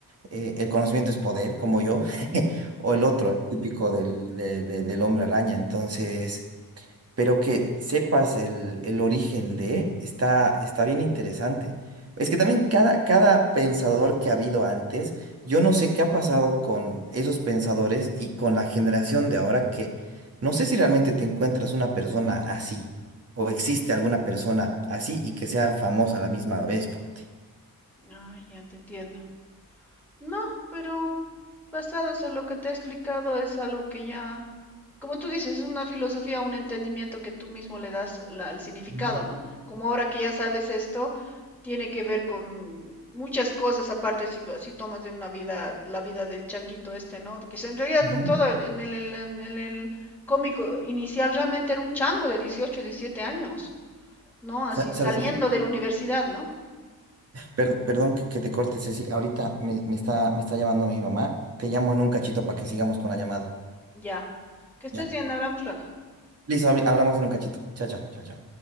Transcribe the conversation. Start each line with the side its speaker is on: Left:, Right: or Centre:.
Right: eh, el conocimiento es poder, como yo, <laughs> o el otro, el típico del, de- de- del hombre araña. Entonces pero que sepas el, el origen de, está, está bien interesante. Es que también cada, cada pensador que ha habido antes, yo no sé qué ha pasado con esos pensadores y con la generación de ahora que no sé si realmente te encuentras una persona así o existe alguna persona así y que sea famosa a la misma vez, ponte.
Centre: Ay, ya te entiendo. No, pero basados en lo que te he explicado es algo que ya, como tú dices, es una filosofía, un entendimiento que tú mismo le das la- el significado,
Right: Mm,
Centre: ¿no? Como ahora que ya sabes esto, tiene que ver con muchas cosas, aparte si, si tomas de una vida, la vida del changuito este, ¿no? Que se- en realidad
Right: ujú.
Centre: en todo, el- en el, en el, en el cómico inicial realmente era un chango de 18, 17 años, ¿no? Así
Right: Sa-
Centre: Ajá.
Right: ¿Sabes
Centre: saliendo
Right: qué?
Centre: de la universidad, ¿no?
Right: Per- perdón que que te corte, Ceci. Ahorita me, me está, me está llamando mi mamá. Te llamo en un cachito para que sigamos con la llamada.
Centre: Ya. Que estés
Right: Ya.
Centre: bien, hablamos luego.
Right: Listo, habl- hablamos en un cachito. Chao, chao, chao, chao.